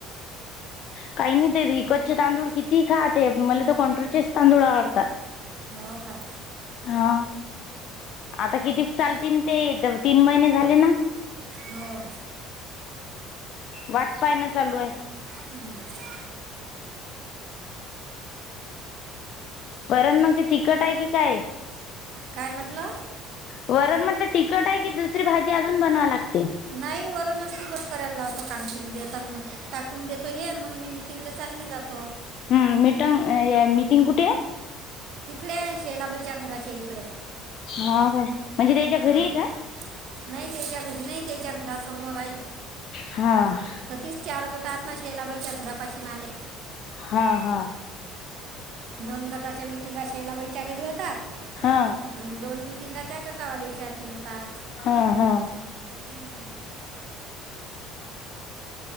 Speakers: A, on the left; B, on the right.
A: काही नाही ते इकतचे तांदूळ किती खा मला तर कंट्रोचेच तांदूळ आवडतात
B: हो काय
A: हा आता किती चालतील ते तीन महिने झाले ना
B: हो
A: वाट पाहणं चालू आहे
B: हो
A: पण मग ते तिकट आहे की काय
B: काय म्हटलं
A: वरण म्हटलं तिकट आहे की दुसरी भाजी अजून बनवाव लागते
B: नाही वरणच तखट करायला लावतो कानशीन देत टाकून देतो हे मग मी तींनदा चालली जातो
A: हम्म मीटंग मीटिंग कुठे आहे
B: तिकडे आहे शेलाबाईच्या घराचे इकडे
A: हा काय म्हणजे त्याच्या घरी
B: हां
A: आहे का
B: नाही त्याच्या घरी नाही त्याच्या घरासमोर आहे
A: हां
B: तीच चार गोट आत ना शैलाबाईच्या घरापाशी माले
A: हा हा
B: दोन गटाच्या मिटिंगा शेलाबाईच्या घरी यतात
A: हा
B: आणि दोन मिटिंगा त्या गटावालीच्या तीतात
A: हा हा
B: <inaudible>